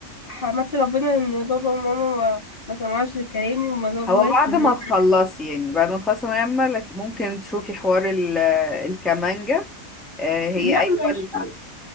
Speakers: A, on the left; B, in the centre.
A: حمدت ربنا ان بابا وماما ما ما سمعوش لكلامي وما جابوهاش
B: هو بعد
A: لان
B: ما
A: أنا-
B: تخلصي يعني بعد ما تخلصي ثانوية عامة لك- ممكن تشوفي حوار ال- آه، الكمانجة آه، هي
A: لا
B: أيوة
A: مش
B: ال-